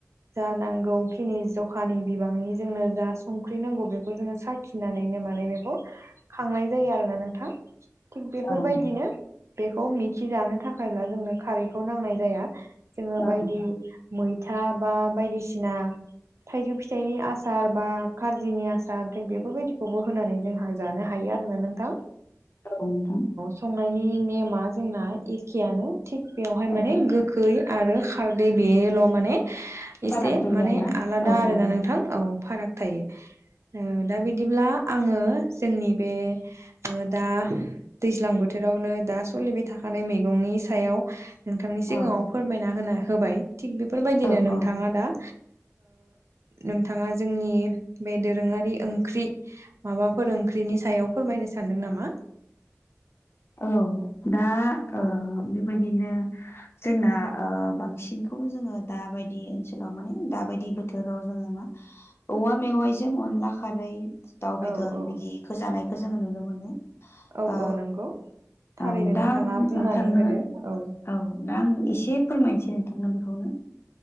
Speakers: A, on the right (about 60°); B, on the left (about 50°).
A: जा नांगौखिनि जखानि बिबांनि जोंनो जा संख्रि नांगौ बेखौ जोङो साखि फिनानैनो माने बेखौ खांनाय जायो आरोना नोंथां थिग बेफोरबायदिनो
B: औ
A: बेखौ मिथिजानो थाखायब्ला जोंनो खारैखौ नांनाय जाया जोङो
B: औ
A: बायदि मैथा बा बायदिसिना थाइजौ फिथाइनि आसार बा खारजिनि आसार थ बेफोरबायदिखौबो होनानै जोंहा जानो हायो आरोना नोंथां
B: औ नोंथां
A: संनायनि नेमा जोंना एखेआनो थिग बेवहाय
B: औ
A: माने गोखै आरो खारदै बेल' माने
B: फाराग
A: एसे
B: जायो
A: माने
B: आरोना
A: आलादा
B: औ
A: आरो
B: औ
A: ना नोंथां औ फाराग थायो दा बिदिब्ला आङो जोंनि बे दा दैज्लां बोथोरावनो दा सोलिबाय थाखानाय मैगंनि सायाव नोंथांनि सिगाङाव
B: औ
A: फोरमायना होन होबाय थिग बेफोरबायदिनो
B: औ
A: नों
B: औ
A: दा नोंथाङा जोंनि बे दोरोङारि ओंख्रि माबाफोर ओंख्रिनि सायाव फोरमायनो सानदों नामा
B: औ दा
A: औ
B: बेबायदिनो जोंना बांसिनखौनो जोङो दाबायदि ओनसोलाव माने दाबायदि बोथोराव जोङो मा औवा मेवाइजों अनला खारै दाउ बेदर
A: औ औ
B: बिदिखौ जानायखौ जोङो नुनो मोनो
A: औ
B: ओ
A: औ नंगौ थारैनो
B: औ दा
A: नोंथाङा
B: आं
A: बुंनानै
B: नोंथांनो
A: होदो औ
B: औ दा आं एसे फोरमायनोसै नोंथांना बेखौनो